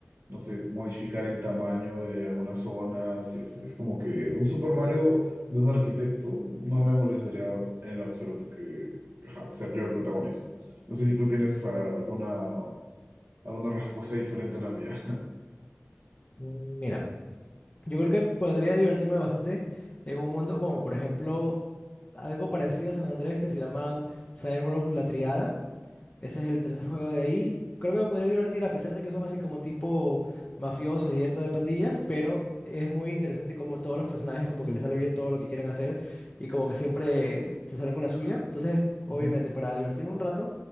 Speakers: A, on the right; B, on the left.
A: no sé, modificar el tamaño de algunas zonas. y así. Es, como que un Super Mario de un arquitecto no me molestaría en lo absoluto que ajá, ser yo el protagonista. No sé si tú tienes ah, alguna, alguna respuesta <laughs> diferente a la mía.
B: Mm, Mira, yo creo que podría divertirme bastante en un mundo como por ejemplo algo parecido a San Andrés que se llaman Science Row La Triada Ese es el tercer juego de ahí. Creo que me podría divertir a pesar de que son así como tipo mafiosos y esto de pandillas, pero es muy interesante como todos los personajes como que les sale bien todo lo que quieren hacer y como que siempre se salen con la suya. Entonces, obviamente,
A: Ujú.
B: para divertirme un rato